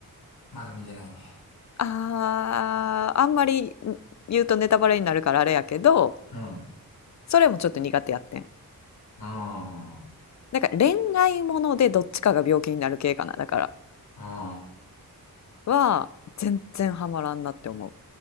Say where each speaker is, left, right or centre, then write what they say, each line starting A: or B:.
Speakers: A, on the left (about 80°); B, on the left (about 50°).
A: まだ見てないね。
B: ああ、あんまり言うとネタバレになるからあれやけど、
A: うん、あ
B: それもちょっと苦手やってん。
A: あ、
B: なんか恋愛ものでどっちかが病気になる系かな、だから。
A: あ
B: は、全然ハマらんなって思